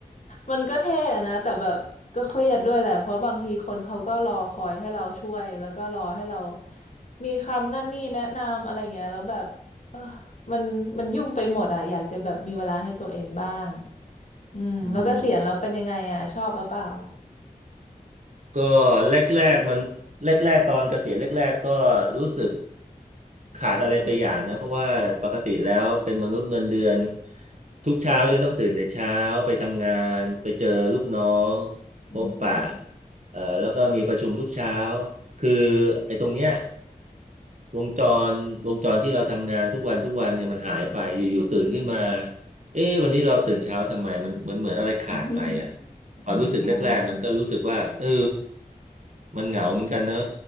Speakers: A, on the left; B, on the right.
A: มันก็เท่อะนะแต่แบบก็เครียดด้วยแหละเพราะบางทีคนเขาก็รอคอยให้เราช่วยแล้วก็รอให้เรามีคำนั่นนี่แนะนำอะไรเงี้ยแล้วแบบเออมันมันยุ่งไปหมดอะอยากจะแบบมีเวลาให้ตัวเองบ้างอืมแล้วก็เสียณแล้วเป็นยังไงอะชอบหรือเปล่า
B: อืมก็แรกๆมันแรกๆตอนเกษียณแรกๆก็รู้สึก ขาดอะไรไปอย่างนะเพราะว่าปกติแล้วเป็นมนุษย์เงินเดือนทุกเช้าจะต้องตื่นแต่เช้าไปทำงานไปเจอลูกน้อง
A: อืม
B: พบปะเอ่อแล้วก็มีประชุมทุกเช้าคือไอ้ตรงเนี้ย วงจรวงจรที่เราทำงานทุกวันทุกวันเนี่ยมันหายไปอยู่ๆตื่นขึ้นมาเอ๊ะวันนี้เราตื่นเช้าทำไมมันมันเหมือนอะไรขาดไปอ่ะ
A: <laughs>
B: ความรู้สึกแรกๆมันก็รู้สึกว่าเออ
A: อ๋อ
B: มันเหงาเหมือนกันเนอะ